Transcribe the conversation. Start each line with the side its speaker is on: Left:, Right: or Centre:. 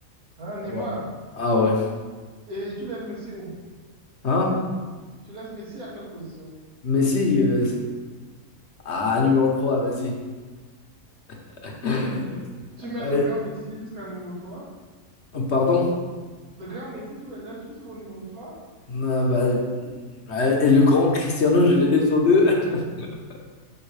Right: Ah, Neymar.
Left: Ouais. Ah ouais.
Right: Et tu laisses Messi où?
Left: Hein?
Right: Tu laisses Messi à quelle position?
Left: Messi, euh, ah, numéro trois vas-y. <laughs>
Right: Tu mets
Left: Euh,
Right: le grand Messi jusqu'à numéro 3.
Left: pardon?
Right: Le grand Messi, tu le laisses jusqu'au numéro 3?
Left: Ah bah, euh, et le grand Cristiano, je le laisse aux deux. <laughs>